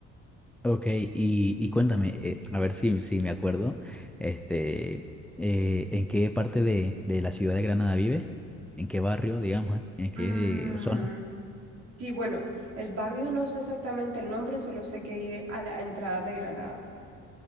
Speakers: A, in the centre; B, on the right (about 60°).
A: Ok, y, y cuéntame, eh, a ver si, si me acuerdo, este, eh, ¿en qué parte de, de la ciudad de Granada vive? ¿En qué barrio, digamos, eh? ¿En qué
B: Mm,
A: zona?
B: sí, bueno, el barrio no sé exactamente el nombre, solo sé que vive a la entrada de Granada.